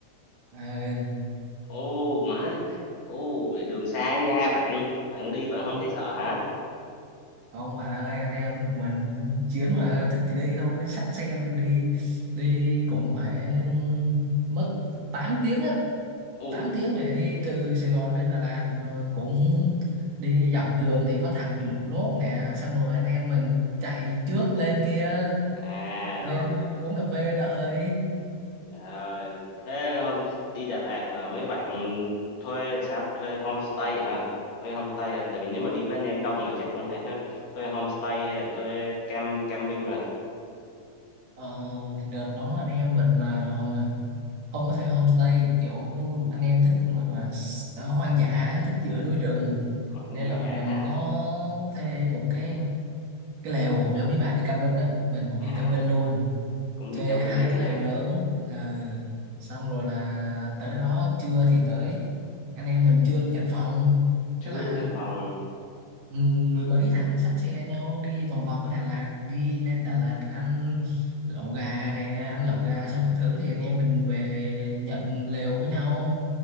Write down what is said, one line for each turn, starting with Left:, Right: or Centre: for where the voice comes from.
Right: à,
Left: ô má, ô, vậy đường xa nha bạn, bạn đi bạn không thấy sợ hả?
Right: không bạn ơi anh em tụi mình chiến mà thích thì đi thôi xách xe lên đi đi cũng phải mất 8 tiếng á
Left: Ô,
Right: 8 tiếng để đi từ Sài Gòn lên Đà Lạt rồi cũng đi dọc đường thì có thằng bị lủng lốp nè xong rồi anh em mình chạy trước lên kia
Left: à,
Right: lên
Left: rồi.
Right: uống cà phê đợi
Left: Rồi, thế hôm đi Đà Lạt là mấy bạn thuê sao? Thuê homestay hả? Thuê homestay hả? Tại vì nếu mà đi với anh em đông mà chắc cũng phải ha- thuê homestay hay là thuê cam camping mà.
Right: ờ, đợt đó anh em mình là không có thuê homestay kiểu anh em thích là, là s- ờ, hoang dã thích giữa núi rừng
Left: Họ- ăn
Right: nên
Left: Dạ,
Right: là bọn mình có thuê một cái cái lều cũng giống như bạn đi camping á mình cũng đi
Left: à
Right: camping luôn
Left: cũng đi
Right: thuê
Left: camping
Right: hai
Left: Đà Lạt,
Right: cái lều lớn à, xong rồi là tới đó trưa thì tới anh em mình chưa được nhận phòng
Left: chứa
Right: thế là
Left: được nhân phong.
Right: ừ,
Left: Ừ.
Right: mười mấy thằng xách xe nhau đi vòng vòng ở Đà Lạt đi lên Đà Lạt ăn lẩu gà nè ăn lẩu gà xong các thứ thì anh em mình về nhận lều với nhau